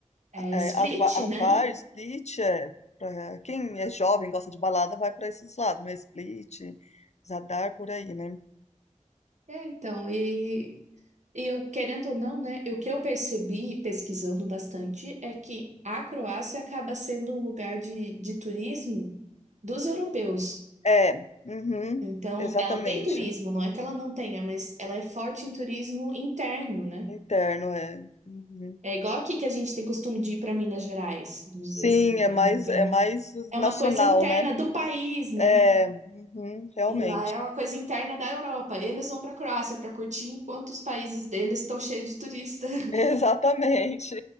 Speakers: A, on the right; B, on the left.
A: é,
B: é,
A: Split,
B: Ava- Avar,
A: né?
B: Split. É, pra- quem é jovem, gosta de balada, vai para esses lados, né? Split, Zadar, por aí, né?
A: É, então, e, e eu, querendo ou não, né? O que eu percebi pesquisando bastante é que a Croácia acaba sendo um lugar de, de turismo dos europeus.
B: É, uhum,
A: Então,
B: exatamente.
A: ela tem turismo, não é que ela não tenha, mas ela é forte em turismo interno, né?
B: Interno, é. Uhum.
A: É igual aqui que a gente tem costume de ir para Minas Gerais, vamos
B: Sim,
A: dizer assim,
B: é
A: né?
B: mais,
A: Então.
B: é mais
A: É
B: nacional,
A: uma coisa interna
B: né?
A: do país, né?
B: É, uhum, realmente.
A: E lá é uma coisa interna da Europa. Eles vão para a Croácia para curtir, enquanto os países deles estão cheios de turista. <laughs>
B: <laughs> Exatamente.